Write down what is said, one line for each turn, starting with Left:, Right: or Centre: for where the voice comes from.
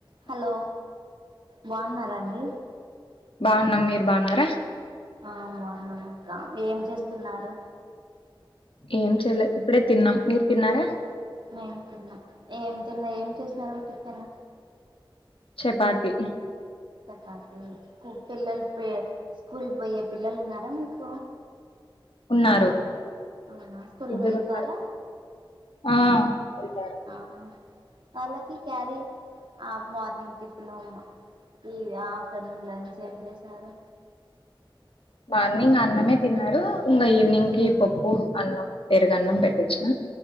Right: హలో బాగున్నారాండి
Left: బాగున్నాం మీరు బాగున్నారా
Right: ఆ బాగున్నామక్క ఏం చేస్తున్నారు
Left: ఏం చేయలే ఇప్పుడే తిన్నాం మీరు తిన్నారా
Right: మేము తిన్నాం ఏం తిన్నా ఏం చేసినారు టిఫిన్
Left: చపాతి
Right: చపాతి స్కూ పిల్లలు పోయే స్కూల్ పోయే పిల్లలు ఉన్నారా మీకు
Left: ఉన్నారు
Right: అవునా స్కూల్
Left: ఇద్దరున్నారు
Right: వెళ్తారా
Left: ఆ వెళ్తారు
Right: ఆ వాళ్ళకి క్యారీ ఆ మార్నింగ్ టిఫిను ఈవి ఆఫ్టర్నూన్ లంచ్ ఏం చేశారు
Left: మార్నింగ్ అన్నమే తిన్నారు ఇంగ ఈవినింగ్కి పప్పు అన్నం పెరుగన్నం పెట్టించిన